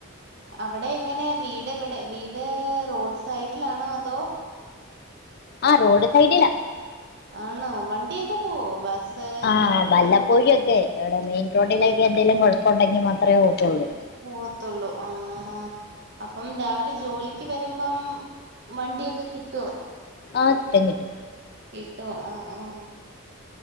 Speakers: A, on the right; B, on the left.
A: അവിടെഎങ്ങനെയാവീടെവടെ എവിടെവീട് റോഡ്സൈഡിലാണോഅതോ
B: ആഹ് റോഡ്സൈഡിലാ
A: ആണോ വണ്ടിയൊക്കെപോവോ ബസ്
B: ആഹ്
A: ഒക്കെ പോകുന്നത്
B: വല്ലപ്പോഴു ഒക്കെ, എവിടെ മെയിൻറോഡിലേക്കെന്തെലും കൊഴപ്പണ്ടെങ്കി മാത്രെ ഓട്ടൊള്ളൂ
A: പോവത്തുള്ളൂ ആഹ്,, അപ്പം രാവിലെ ജോലിക്ക് വരുമ്പം മണ്ടിയൊക്കെകിട്ടോ
B: ആഹ് കിട്ടും കിട്ടും
A: കിട്ടും ആഹ് ആഹ്